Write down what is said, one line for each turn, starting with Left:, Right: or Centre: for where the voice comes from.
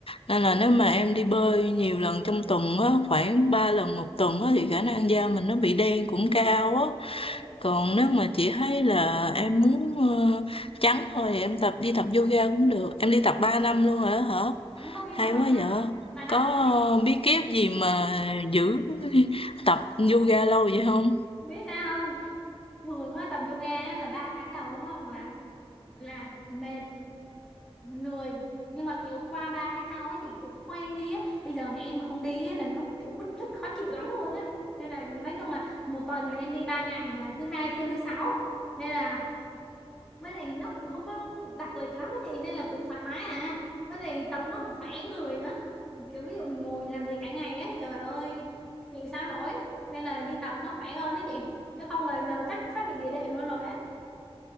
Left: Nên là nếu mà em đi bơi nhiều lần trong tuần á, khoảng 3 lần một tuần á, thì khả năng da mình nó bị đen cũng cao á.
Centre: Thì,
Left: Còn nếu mà chị thấy là em muốn ờ, trắng thôi thì em tập đi tập yoga cũng được. Em đi tập 3 năm luôn rồi đó hả?
Centre: ờ, em
Left: Hay
Centre: tập ba
Left: quá
Centre: năm,
Left: vậy.
Centre: 3 năm
Left: Có
Centre: rồi.
Left: ờ, bí kíp gì mà giữ <laughs> tập yoga lâu vậy không?
Centre: Biết sao không? Thường á, tập yoga á là 3 tháng đầu đúng không? là là mệt lười nhưng mà kiểu qua 3 tháng sau ấy chị kiểu quen đi á bây giờ mà em mà không đi á là nó kiểu bứt rứt khó chịu lắm luôn á nên là nói chung là một tuần là em đi 3 ngày là thứ hai tư sáu nên là với lại nó cũng không có đặc lịch lắm á chị nên là cũng thoải mái à với lại tập nó cũng khỏe người nữa kiểu ví dụ mình ngồi làm việc cả ngày á trời ơi chịu sao nổi nên là đi tập nó khỏe hơn đó chị chứ không là giờ chắc thoát vị địa đệm luôn rồi á